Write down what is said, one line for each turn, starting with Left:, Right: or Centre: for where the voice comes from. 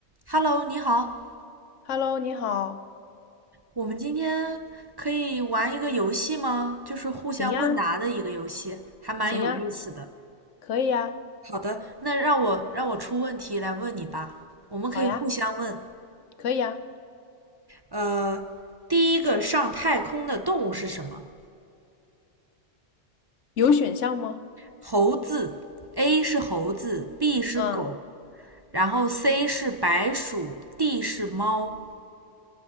Right: Hello，你好，
Left: Hello，你好，
Right: 我们今天可以玩一个游戏吗？就是互相问答的一个游戏，
Left: 行呀，
Right: 还蛮有意思的。
Left: 行呀，可以呀，
Right: 好的，那让我让我出问题来问你吧。我们可以互相问。
Left: 好呀，可以呀，
Right: 呃，第一个上太空的动物是什么？
Left: 有选项吗？
Right: 猴子，A 是猴子，B 是狗，
Left: 嗯，
Right: 然后 C 是白鼠，D 是猫。